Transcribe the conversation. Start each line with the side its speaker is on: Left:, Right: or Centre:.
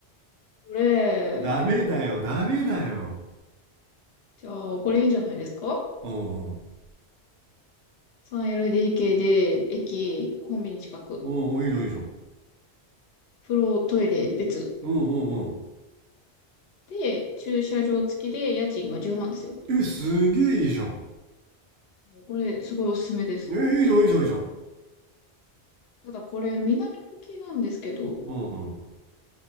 Left: こ
Right: ダメだよ、
Left: れ、
Right: ダメだよ。
Left: じゃあ、これいいんじゃないですか
Right: おうおう、
Left: ?3LDK で、駅、コンビニ近く。
Right: おうおう、いいじゃん、いいじゃん。
Left: 風呂、トイレ別。
Right: おうおうお
Left: で、駐車場付きで家賃が10万ですよ。
Right: う。え、すげえいいじゃん。
Left: これ、すごいおすすめです。
Right: え、いいじゃん、いいじゃん、いいじゃん。
Left: ただこれ、南向きなんですけど、
Right: おうおう。